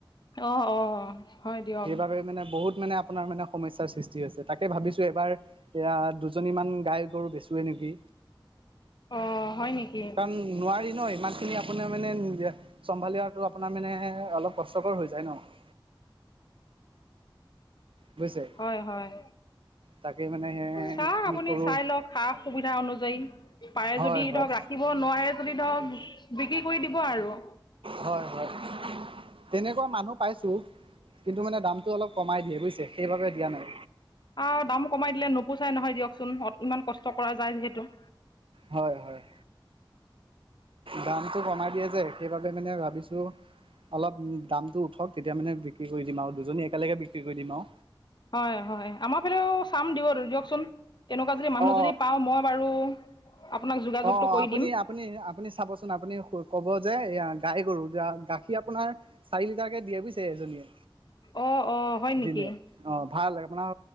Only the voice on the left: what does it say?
অঁ অঁ হয় দিয়ক
অ', হয় নেকি?
হয়, হয়,
চাওঁক
আপুনি
চাই লওঁক সা সুবিধা অনুযায়ী, পাৰে
যদি
ধৰক ৰাখিব নোৱাৰে যদি ধৰক বিক্ৰী কৰি দিব আৰু।
<unintelligible> দাম কমাই দিলে নোপোচাই নহয় দিয়কচোন, ইমান কষ্ট কৰা যায় যিহেতু।
হয়, হয়, আমাৰ ফালেও চাম দিয়কচোন। এনেকুৱা যদি মানুহ
যদি পাওঁ মই বাৰু আপোনাক যোগাযোগটো
কৰি
দিম
অঁ অঁ হয় নেকি